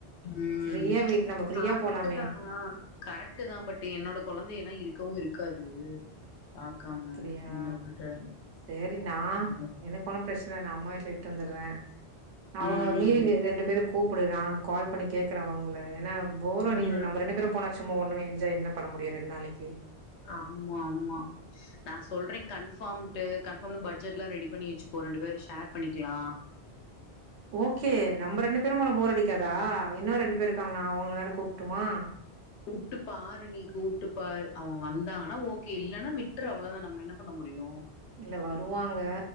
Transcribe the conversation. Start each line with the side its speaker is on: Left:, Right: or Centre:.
Left: ம்
Right: ஃப்ரீயா வீட் நம்ம ஃப்ரீயா
Left: கரெட்டுதா
Right: போலாமே
Left: கரெக்ட்தா பட் என்னோட கொழந்த எல்லா இருக்கவு இருக்காது பாக்காம
Right: அப்டியா
Left: என்னவிட்டுட்டு
Right: சரி நா
Left: <inaudible>
Right: எனக்கு ஒன்னு ப்ரச்சனல நா அம்மா வீட்ல விட்டு வந்துறே அவுங்க
Left: ம்.
Right: மீறி ரெண்டு பேரு கூப்புடு நா கால் பண்ணி கேக்கறே அவுங்ள ஏனா போரடிக்குது
Left: ம்.
Right: நம்ம ரெண்டு பேரும் போனா சும்மா ஒண்ணுமே என்ஜாய் என்ன பண்ண முடியு ரெண்டு நாளைக்கி
Left: ஆமா ஆமா நா சொல்றே கன்ஃபாம்டு கன்ஃபாம்ல பட்ஜெட்லா ரெடி பண்ணி வச்சுகோ ரெண்டு பேரு ஷேர் பண்ணிக்கலா
Right: ஓகே நம்ம ரெண்டு பேரு போனா போர் அடிக்காதா இன்னு ரெண்டு பேர் இருக்காங்கனா அவுங்க வேற கூப்ட்ருமா
Left: கூப்ட்டு பாரு நீ கூப்ட்டு பாரு அவுங்க வந்தாங்கன்னா ஓகே இல்லன்னா விட்று அவ்ளதா நம்ம என்ன பண்ண முடியு
Right: இல்ல வருவாங்க